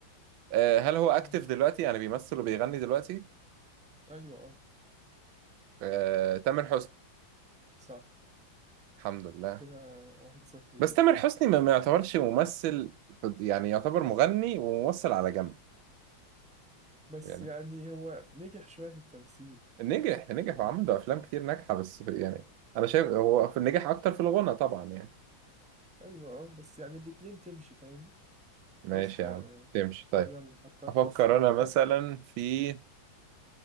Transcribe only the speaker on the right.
آه، هل هو اكتف
دلوقتي يعني بيمثل وبيغني دلوقتي
آه، تامر حسني
الحمد لله
بس
تامر حسني ما ما يعتبرش ممثل يعني يعتبر مغني وممثل على جنب
يعني
نجح نجح
وعمل له افلام كتير ناجحه بس في- يعني انا شايف هو في نجح اكتر في الغنى طبعا يعني
ماشي
يا عم تمشي طيب
افكر
انا مثلا
في